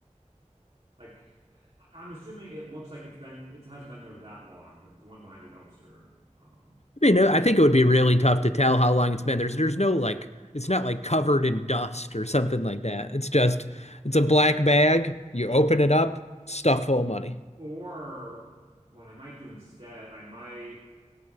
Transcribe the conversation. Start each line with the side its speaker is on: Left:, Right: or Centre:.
Right: like I- I'm assuming it looks like it's been it hasn't been there that long, like the one behind the dumpster. Um,
Left: mean, I think it would be really tough to tell how long it's been. There's there's no like it's not like covered in dust or something like that. It's just it's a black bag. You open it up, stuff full of money.
Right: or what I might do instead, I might